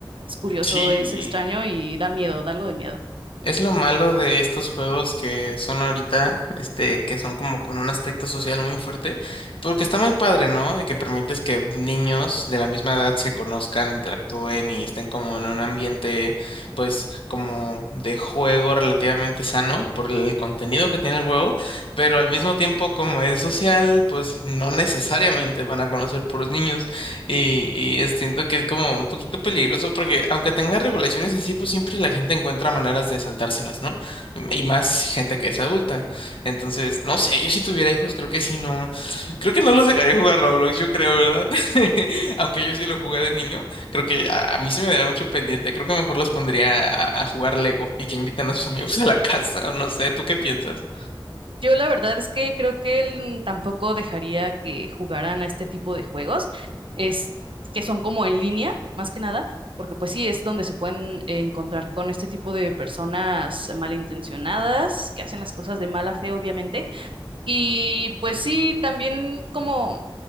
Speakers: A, on the right (about 70°); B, on the left (about 75°).
A: Es curioso,
B: Sí.
A: es extraño y da miedo, da algo de miedo.
B: Es lo malo de estos juegos que son ahorita, este, que son como con un aspecto social muy fuerte, porque está muy padre, ¿no? De que permites que niños de la misma edad se conozcan, interactúen y estén como en un ambiente, pues, como de juego relativamente sano por el contenido que tiene el juego, pero al mismo tiempo como es social, pues no necesariamente van a conocer puros niños. Y, y es- siento que es como un poquito peligroso porque aunque tenga regulaciones así, pues siempre la gente encuentra maneras de saltárselas, ¿no? Y más gente que es adulta. Entonces, no sé, yo si tuviera hijos creo que sí, no, creo que no los dejaría jugar Roblox, yo creo, ¿verdad? <laughs> Aunque yo sí lo jugué de niño, creo que a, a mí se me daría mucho pendiente, creo que mejor los pondría a, a jugar Lego y que inviten a sus amigos a la casa, o no sé, ¿tú qué piensas?
A: Yo la verdad es que creo que él tampoco dejaría que jugaran a este tipo de juegos, es que son como en línea, más que nada, porque pues sí es donde se pueden eh, encontrar con este tipo de personas malintencionadas, que hacen las cosas de mala fe, obviamente. Y pues sí, también como